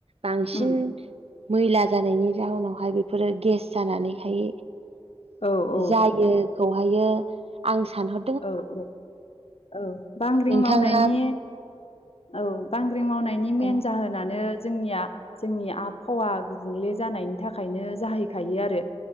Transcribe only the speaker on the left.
उम
औ औ
औ औ औ बांग्रिं
मावनायनि औ बांग्रि मावनायनि मेन
जाहोनानो जोंनिया जोंनि आबहावा गुबुंले जानायनि थाखायनो जाहैखायो आरो।